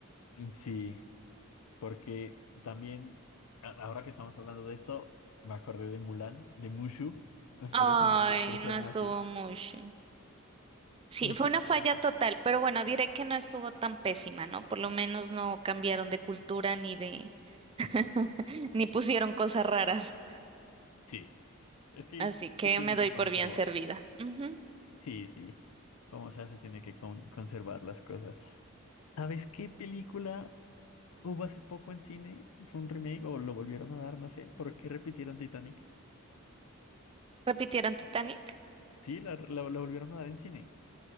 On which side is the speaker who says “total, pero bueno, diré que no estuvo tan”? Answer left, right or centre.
Right